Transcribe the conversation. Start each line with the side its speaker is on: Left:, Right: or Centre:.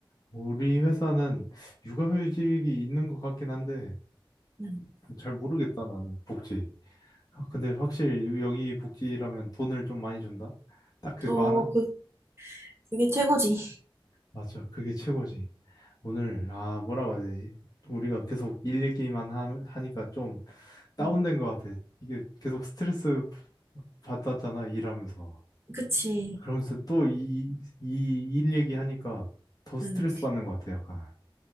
Left: 우리 회사는 육아휴직이 있는 것 같긴 한데
Right: 음.
Left: 잘 모르겠다 나는 복지. 아, 근데 확실히 여기 복지라면 돈을 좀 많이 준다? 딱 그거
Right: 어,
Left: 하나?
Right: 그, 그게 최고지.
Left: 맞아, 그게 최고지. 오늘, 아, 뭐라고 해야 되지? 우리가 계속 일 얘기만 하, 하니까 좀 다운된
Right: 음,
Left: 것 같아. 이게 계속 스트레스 받았잖아, 일하면서.
Right: 그치.
Left: 그러면서 또 이, 이 일 얘기하니까 더 스트레스
Right: 음.
Left: 받는 것 같아, 약간.